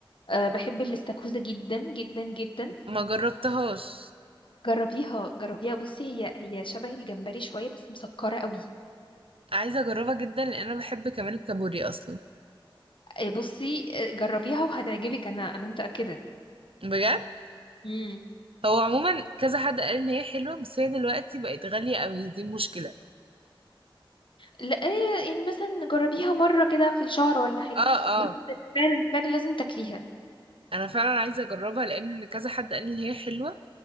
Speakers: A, on the left; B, on the right.
A: أه بحب الاستاكوزا جدا جدا جدا
B: ما جربتهاش
A: جربيها جربيها بصي هي هي شبه الجمبري شوية بس مسكرة قوي
B: عايزه اجربها جدا لان انا بحب كمان الكابوريا اصلا
A: آه، بصي آه، جربيها وهتعجبك انا انا متأكدة
B: بجد
A: امم
B: هو عموما كذا حد قال ان هي حلوه بس هي دلوقتي بقت غاليه قوي دي مشكله
A: لا إيه، يعني مثلا جربيها مرة كده في الشهر ولا حاجة
B: اه اه
A: بس فعلا فعلا لازم تاكليها
B: انا فعلا عايزه اجربها لان كذا حد قال لي ان هي حلوه